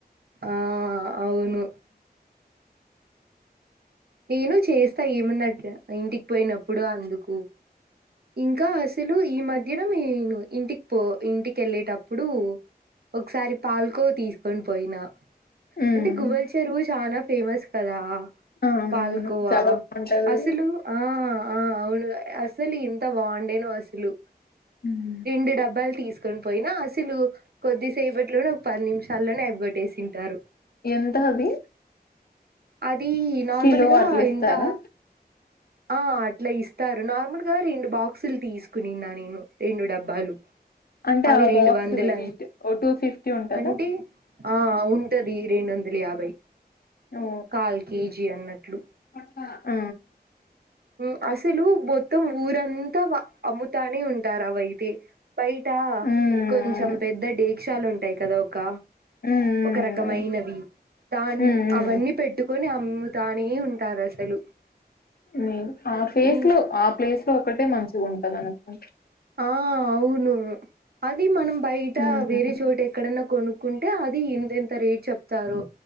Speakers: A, on the right; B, on the left.
A: ఆ అవును నేను చేస్తా ఏమన్నట్టు ఇంటికి పోయినప్పుడు అందుకు కు ఇంకా అసలు ఈ మధ్య దన నేను ఇంటికి పో ఇంటికి వెళ్ళేటప్పుడు ఒకసారి పాల్కో తీసుకొని పోయినా
B: ఉమ్
A: అంటే గువల్ చెరువు చానా ఫేమస్ కదా
B: ఆ, అవును
A: పల్కువా
B: చాలా బాగుంటది
A: అసు
B: అది
A: ఆ అవును అసలు ఇంత బాగుండేను అసలు
B: ఉమ్,
A: రెండు డబ్బాలు తీసు తీసుకొని పోయినా అసలు కొద్దిసేపట్లోనే ఒక పది నిమిషాల్లోనే అగగొట్టేసింటారు
B: ఎంత అవి
A: అది నార్మల్గా
B: కిలో అట్లా ఇస్తారా
A: ఇంత ఆ అట్లా ఇస్తారు నార్మల్గా రెండు బాక్సులు తీసుకునిన్నా నేను రెండు డబ్బాలు
B: అంటే
A: అవి
B: ఆ
A: రెండు
B: బాక్స్
A: వందల
B: వెయిట్ ఓ టూ ఫిఫ్టీ ఉంటదా
A: అంటే ఆ ఉంటది రెండు వందల యాభై
B: ఓ
A: కాల్ కేజీ అన్నట్లు
B: ఆ
A: ఉమ్ అసలు మొత్తం ఊరంతా అమ్ముతానే ఉంటారు అవయితే బయట
B: ఉమ్
A: కొంచెం పెద్ద దడీక్షాలు ఉంటాయి యి కద ఒక
B: ఉమ్
A: ఒక రకమైనవి దాన్
B: ఉమ్ ఉమ్
A: అవన్నీ పెట్టుకొని అమ్ దాని ఉంటారు అసలు
B: నేను ఆ ప్లేస్
A: ఇం
B: లో ఆ ప్లేస్ లో ఒకటే మంచిగా ఉంటంది అనుకోండి
A: ఆ అవును అది మనం బయట
B: ఉమ్
A: వేరే చోట ఎక్కడ కొనుక్కుంటే అది ఇంతెంత రేట్ చెప్తారో